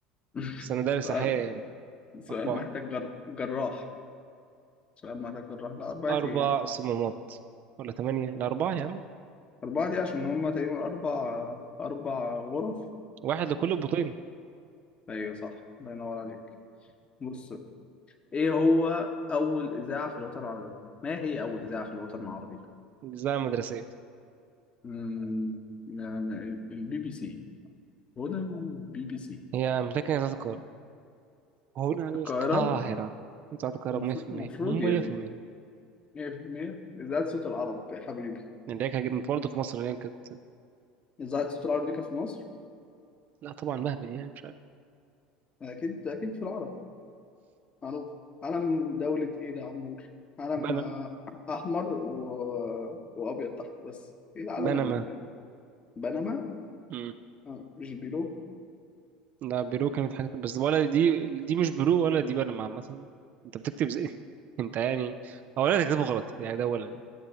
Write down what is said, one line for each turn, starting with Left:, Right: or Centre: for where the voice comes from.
Left: <laughs>
Right: بس انا دارس
Left: سؤال
Right: احياء يعني
Left: سؤال
Right: اربعة
Left: محتاج جر... جراح سؤال محتاج جراح لا أربعة
Right: اربع
Left: أيام
Right: صمامات ولا ثمانية الاربعة يا عم
Left: أربعة دي عشان هما تقريبا أربع أربع غرف
Right: واحد لكل البطين
Left: أيوة صح الله ينور عليك بص إيه هو أول إذاعة في الوطن العربي؟ ما هي أول إذاعة في الوطن العربي؟
Right: اجزاء مدرسية
Left: أمم، يعني البي بي سي هدى البي بي سي
Right: هي متكنة بتاعت القاهرة هنا القاهرة
Left: القاهرة
Right: بتاعت القاهرة
Left: المفروض
Right: 100%
Left: المفروض
Right: 100%
Left: يعني 100% إذاعة صوت العرب يا حبيبي
Right: اللي هي كانت برضه في مصر اللي هي كانت
Left: إذاعة صوت العرب دي كانت في مصر
Right: لا طبعا مهبل يعني مش عارف
Left: أكيد أكيد في العرب معروف علم دولة إيه ده يا عمور علم
Right: بنما
Left: آه، أحمر و... وأبيض تحت بس إيه العلم
Right: بنما
Left: ال- بنما
Right: مم.
Left: آه، مش بيرو
Right: لا بيرو كانت حاجة بس ولا دي دي مش بيرو ولا دي بنما عامة انت بتكتب زي <laughs> انت يعني اولا تكتبه غلط يعني ده اولا يعني.